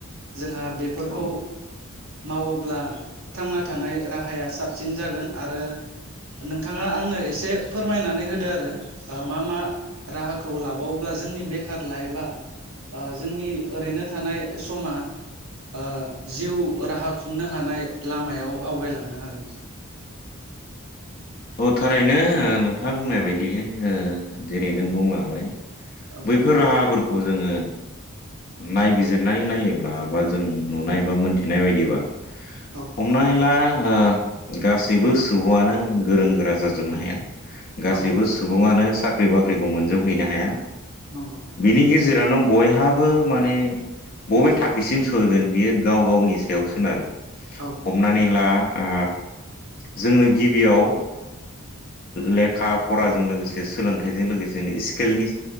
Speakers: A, on the right; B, on the left.
A: जोंहा बेफोरखौ
B: औ
A: मावोब्ला थांना थानाय राहाया साबसिन जागोन आरो नोंथाङा आंनो एसे फोरमायनानै होदो आरो ओ मा मा राहाखौ लाबावोब्ला जोंनि बेखार लाइफआ ओ जोंनि ओरैनो थानाय समा ओ जिउ राहा खुंनो हानाय लामायाव आवगायलांनो हागोन
B: औ थारैनो नोंथाङा बुंनाय बायदिनो ओ जेरै नों बुंलांबाय
A: औ
B: बैफोर राहाफोरखौ जोङो नायबिजिरनानै नायोब्ला बा जों नुनाय बा मोनथिनाय बायदिबा
A: औ
B: हमनानै ला ओ गासैबो सुबुङानो गोरों गोरा जाजोबनो हाया गासैबो
A: औ नंगौ
B: सुबुङानो साख्रि ख्रि बाख्रिखौ मोनजोबहैनो हाया
A: नंगौ
B: बिनि गेजेरावनो बयहाबो माने बबे थाखोसिम सहैगोन बियो गाव गावनि सायाव सोनारो
A: औ
B: हमनानै ला ओ जोंनो गिबियाव लेखा फराजों लोगोसे सोलोंथाइजों लोगोसे स्केलनि